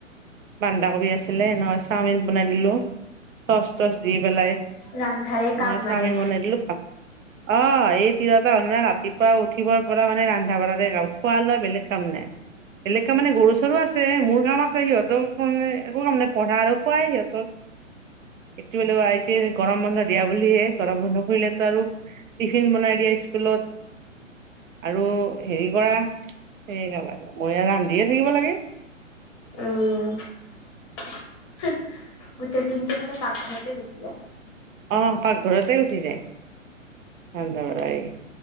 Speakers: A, on the right (about 80°); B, on the left (about 25°).
A: বন্ধাকবি আছিলে এনেকৈ চাওমিন বনাই দিলোঁ চচ তচ দি পেলাই।
B: ৰান্ধাৰে
A: নহয়
B: কাম
A: চাওমিন
B: মানে
A: বনাই দিলো খাক অ এই তিৰটা হল নাই ৰাতিপুৱা উঠিবৰ পৰা মানে ৰন্ধা বঢ়াৰে কাম খোৱা লোৱা বেলেগ কাম নাই। বেলেগ কাম মানে গৰু চৰু আছে মোৰ কাম আছে সিহঁতৰ কাৰণে একো কাম নাই পঢ়া আৰু খোৱাই সিহঁতক। সিটো বোলো আই তি গৰম বন্ধ দিয়া বুলি বুলিহে গৰম বন্ধ খুলিলে আৰু টিফিন বনাই দিয়া স্কুলত। আৰু হেৰি কৰা সেই কাম আৰু মইয়ে ৰান্ধিয়ে থাকিব লাগে।
B: উম গোটেই দিনটো মানে পাকঘৰতে গুচি যায়।
A: অ পাকঘৰতে গুচি যায়। ৰান্ধা বাঢ়াই